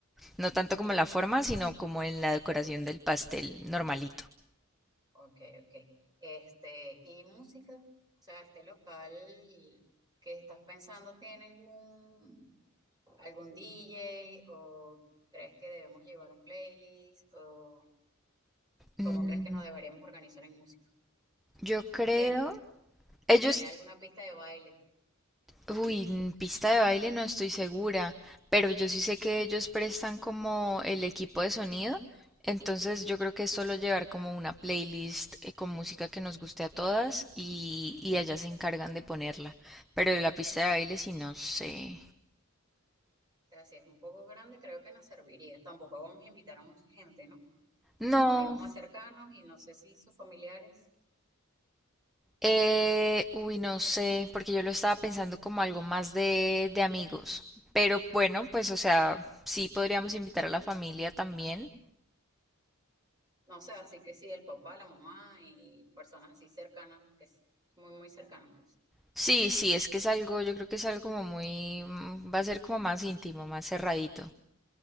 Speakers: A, in the centre; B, on the right.
A: No tanto como en la forma, sino como en la decoración del pastel normalito.
B: Ok, ok. Este, y música, o sea, este local que estás pensando tiene algún, algún DJ o crees que debemos llevar un playlist o ¿Cómo
A: Mm,
B: crees que nos deberíamos organizar en música?
A: yo creo,
B: Tiene, si
A: ellos,
B: tiene alguna pista de baile,
A: uy, en pista de baile no estoy segura, pero yo sí sé que ellos prestan como el equipo de sonido, entonces yo creo que es solo llevar como una playlist eh, con música que nos guste a todas y, y ellas se encargan de ponerla, pero de la pista de baile sí no sé.
B: o sea, si es un poco grande, creo que nos serviría. Tampoco vamos a invitar a mucha gente, ¿no?
A: No.
B: Sus amigos más cercanos y no sé si sus familiares,
A: Eh, uy, no sé, porque yo lo estaba pensando como algo más de, de amigos. Pero bueno, pues o sea, sí podríamos invitar a la familia también.
B: no sé, así que sí, el papá, la mamá y personas así cercanas, que es muy, muy cercanas, pues.
A: Sí, sí, es que es algo, yo creo que es algo como muy, mm, va a ser como más íntimo, más cerradito.